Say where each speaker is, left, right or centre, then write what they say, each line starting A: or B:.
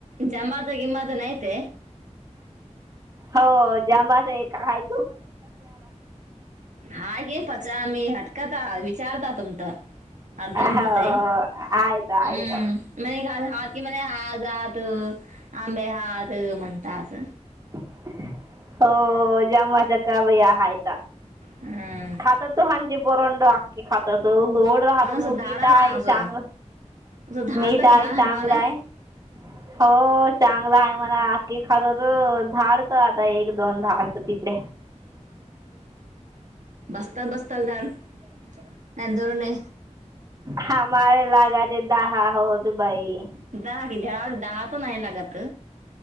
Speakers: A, on the right; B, on the right.
A: जमाचं गिमाचं नाही ते
B: हो जांबाच एक आहे.
A: हा हे पचमी हट.. कता विचारता तुम तर अर्दम
B: हो
A: होत आहे. अम्
B: आयत आयत
A: म्ह हात कि मणे हा जात आंबे हात म्हणता अस.
B: हो जामाचा का बई हायता
A: हम्म.
B: खाता तो हांची बरंड आखकी खात त गोड राहतो
A: असं
B: तो
A: धाडा
B: मीठ आहे
A: ना असं
B: चांगलं
A: असं धाडता
B: मीठ आहे
A: का
B: चांगलं
A: आम्हाला
B: आहे. हो चांगला आहे मला क खरं झाडच एक दोन दहा होत तिथले
A: बस्ताल बस्तल दडंतरणे.
B: हमारे लागाचे दहा होत भाई
A: दहा कि्या दहा त नाही लागात.